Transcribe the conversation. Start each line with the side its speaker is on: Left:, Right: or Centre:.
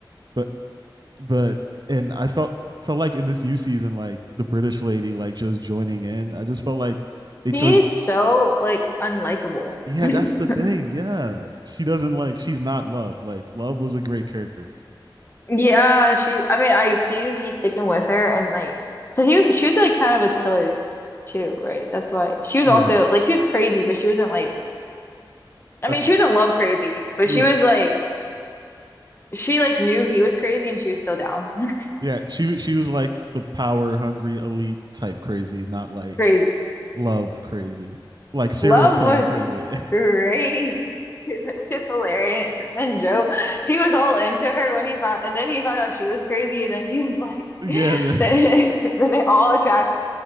Right: But but and I felt felt like in this new season, like the British lady, like just joining in. I just felt like they
Left: she's
Right: chose.
Left: so like unlikable.
Right: Yeah,
Left: <laughs>
Right: that's the thing. Yeah, she doesn't like. She's not love. Like love was a great character.
Left: Yeah, she. I mean, I see he's sticking with her, and like, so he was. She was like kind of a killer too, right? That's why she was
Right: Yeah.
Left: also like she was crazy, but she wasn't like. I
Right: Okay.
Left: mean, she was not love crazy, but
Right: Yeah.
Left: she was like, she like knew he was crazy and she was still down. <laughs>
Right: Yeah. She she was like the power hungry elite type crazy, not like
Left: Crazy.
Right: love crazy, like serial
Left: Love
Right: killer
Left: was
Right: crazy. <laughs>
Left: crazy, <laughs> which is hilarious. And then Joe, <laughs> he was all into her when he found, and then he found out she was crazy, and then he was like,
Right: yeah.
Left: <laughs>
Right: the-
Left: then, <laughs> then it all attraction.